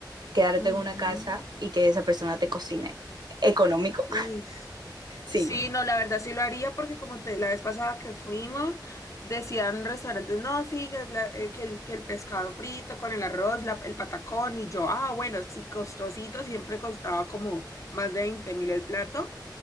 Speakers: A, on the right; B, on the left.
A: quedarte
B: Ujú.
A: en una casa y que esa persona te cocine. Económico,
B: Uy.
A: <laughs>
B: s-
A: sí.
B: Sí, no, la verdad sí lo haría porque como te, la vez pasada que fuimos, decían restaurantes, no, sí, que, la- eh, que el, que el pescado frito con el arroz, la- el patacón, y yo, ah, bueno, sí, costosito, siempre costaba como más de veinte mil el plato,